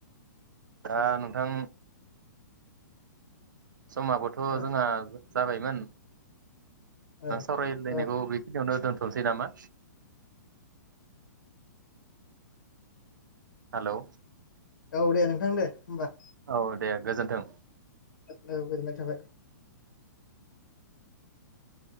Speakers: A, on the right; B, on the left.
A: दा नों थां समाबोथ'
B: औ
A: जोंहा जाबायमोन।
B: औ
A: नों सावरायज्लायनायखौ
B: औ
A: बि खिनियावनो दोनथ'नोसै नामा? हेलौ
B: औ दे नोंथां दे होमबा।
A: औ दे। गोजोन्थों।
B: औ गोजोननाय थाबाय।